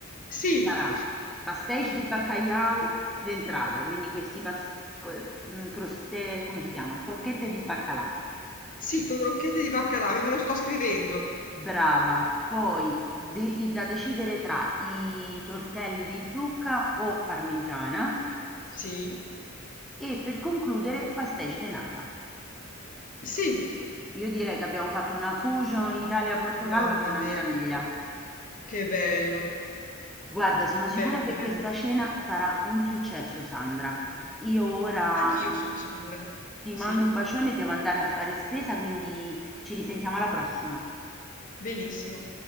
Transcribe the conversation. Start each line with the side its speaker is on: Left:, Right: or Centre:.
Left: sì,
Centre: Sarà pastéis de bacalhau d'entrata, quindi questi pas- eh, mh, croste, come si chiama? Crocchette di baccalà.
Left: sì, crocchette di baccalà, me lo sto scrivendo.
Centre: Brava, poi de- da decidere tra i tortelli di zucca o parmigiana
Left: Sì,
Centre: e per concludere pastéis de nata.
Left: sì,
Centre: Io direi che abbiamo fatto una fusion Italia-Portogallo
Left: mamma
Centre: che è una
Left: mia,
Centre: meraviglia.
Left: che che bello.
Centre: Guarda, sono sicura
Left: Bello,
Centre: che
Left: bello.
Centre: questa cena sarà un successo, Sandra. Io ora
Left: Anch'io
Centre: mm,
Left: sono sicura.
Centre: ti
Left: Sì,
Centre: mando un bacione, e devo andare a fare spesa, quindi ci risentiamo alla prossima.
Left: benissimo.